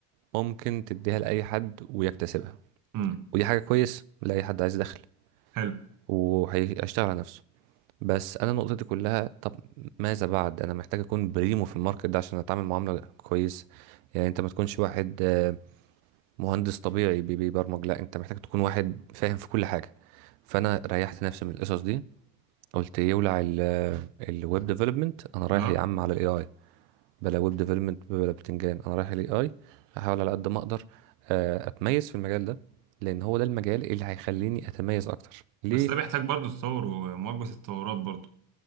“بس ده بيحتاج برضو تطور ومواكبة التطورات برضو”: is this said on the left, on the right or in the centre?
Right